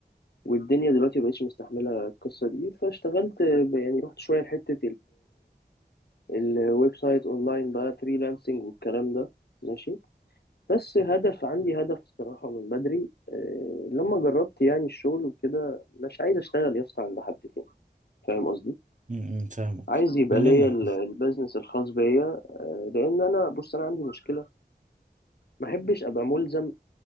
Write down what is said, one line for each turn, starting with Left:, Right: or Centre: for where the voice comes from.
Left: والدنيا دلوقتي مبقتش مستحملة القصة دي فاشتغلت ب- يعني رحت شوية لحتة الويب سايت اونلاين بقى فريلانسنج والكلام ده ماشي بس هدف عندي هدف الصراحة من بدري آه، لما جربت يعني الشغل وكده مش عايز اشتغل يا اسطى عند حد تاني فاهم قصدي
Right: م- م، فاهمك
Left: عايز يبقى
Right: كلنا
Left: ليا ال- البيزنس الخاص بيا آه، لان انا بص انا عندي مشكلة ما احبش ابقى ملزم